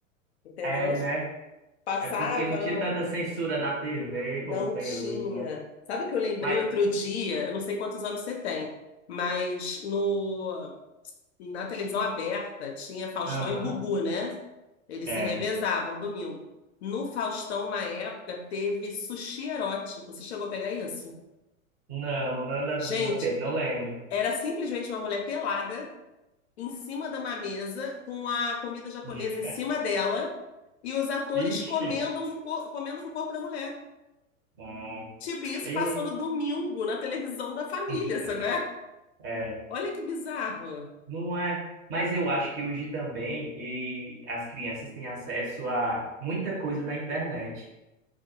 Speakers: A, on the left (about 50°); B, on the right (about 25°).
A: entendeu?
B: É, né?
A: Passava,
B: É porque não tinha
A: não,
B: tanta censura na TV
A: não
B: como tem
A: tinha.
B: hoje, né?
A: Sabe que eu lembrei
B: Mas,
A: outro dia, eu não sei quantos anos você tem, mas no Na televisão aberta tinha Faustão
B: aham,
A: e Gugu, né? Eles
B: é.
A: se revezavam domingo. No Faustão, uma época, teve sushi erótico. Você chegou a pegar isso?
B: Não, não era
A: Gente,
B: no meu tempo, não lembro.
A: era simplesmente uma mulher pelada em cima de uma mesa, com a comida japonesa
B: <laughs>
A: em cima dela, e os atores
B: Vixe,
A: comendo, no cor- comendo com o corpo da mulher.
B: ah,
A: Tipo, isso
B: e,
A: passando domingo na televisão da família,
B: <laughs>
A: sabe? é?
B: é,
A: Olha que bizarro.
B: não é. Mas eu acho que hoje também e as crianças têm acesso a muita coisa na internet.